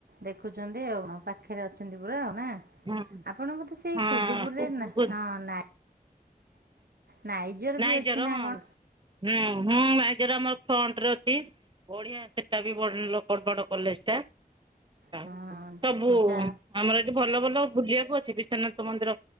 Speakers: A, on the right; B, on the right.
A: ଦେଖୁଚନ୍ତି ଆଉ କଣ ପାଖରେ ଅଛନ୍ତି ପୁରା ଆଉ। ନା।
B: ହୁଁ
A: ଆପଣ ବୋଧେ ସେଇ ଖୁଦୁପୁରରେ ନା
B: ହୁଁ
A: ହଁ ନାଇ ନାଇଜର
B: ନାଇଜର
A: ବି ଅଛି ନା
B: ହଁ
A: କଣ?
B: ହୁଁ ହଁ ନାଇଜର ଆମର ଫ୍ରଣ୍ଟରେ ଅ ଛି ବଢିଆ ସେଟା ବି ଭଲ ବଡ କଲେଜ ଟା। ଆ
A: ହଁ
B: ସବୁ
A: ଯା
B: ଆମର ଏଠି। ଭଲ ଭଲ ବୁଲିବାକୁ ଅଛି ବିଶ୍ଵନାଥ ମନ୍ଦିର